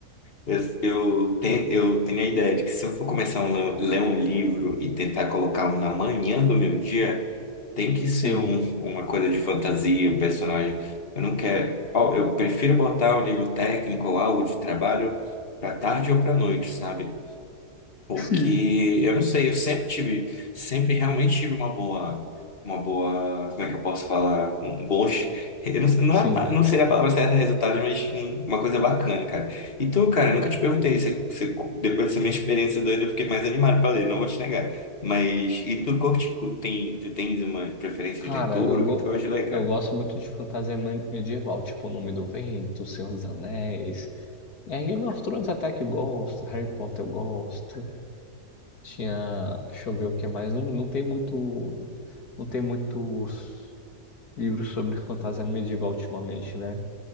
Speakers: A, on the left; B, on the left.
A: Eu, eu, te- eu tenho a ideia de que se eu for começar a ler ler um livro e tentar colocá-lo na manhã do meu dia, tem que ser
B: Sim,
A: um- uma coisa de fantasia, um personagem. Eu não quero. ó, eu prefiro botar um livro técnico ou algo de trabalho para tarde ou para noite, sabe? Porque
B: Sim.
A: eu não sei, eu sempre tive, sempre realmente tive uma boa, uma boa, como é que eu posso falar? Um bom, <laughs> eu não, não,
B: sim.
A: é a pa- não seria a palavra certa resultado, mas um- uma coisa bacana, cara. E tu, cara, eu nunca te perguntei, você, você- depois dessa minha experiência doida, eu fiquei mais animado pra ler, não vou te negar. Mas, e tu curte, cu- tem, tu tens uma preferência
B: Cara,
A: de leitura?
B: eu, go
A: O que que tu gosta de ler,
B: eu
A: cara?
B: gosto muito de fantasia me- medieval, tipo O Nome do Vento, Senhor dos Anéis. É, Game of Thrones até que eu gosto, Harry Potter eu gosto. Tinha. Deixa eu ver o que mais. Não, não tem muito. Não tem muitos livros sobre fantasia medieval ultimamente, né?